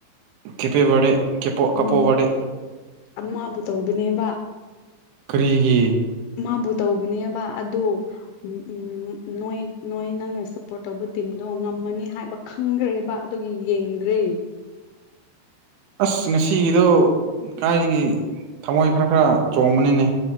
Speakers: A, on the right; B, on the left.
A: ꯀꯦꯄꯦꯕꯦ ꯀꯦꯄꯣ
B: ꯎꯝ
A: ꯀꯄꯣꯕꯦ
B: ꯑꯃꯕꯨ ꯇꯧꯕꯅꯦꯕ
A: ꯀꯔꯤꯒꯤ
B: ꯃꯥꯕꯨ ꯇꯧꯕꯅꯦꯕ ꯑꯗꯨ ꯎ ꯎꯝ ꯅꯣꯏ ꯅꯣꯏ ꯅꯪꯅ ꯁꯞꯄꯣꯔꯠ ꯇꯧꯕ ꯇꯤꯝꯗꯣ ꯉꯝꯃꯅꯤ ꯍꯥꯏꯕ ꯈꯪꯒ꯭ꯔꯦꯕ ꯑꯗꯨꯒꯤ ꯌꯦꯡꯗ꯭ꯔꯦ
A: ꯑꯁ ꯉꯁꯤꯒꯤꯗꯣ ꯀꯥꯏꯗꯒꯤ ꯊꯃꯣꯏ ꯈꯔ ꯈꯔ ꯆꯣꯡꯕꯅꯤꯅꯦ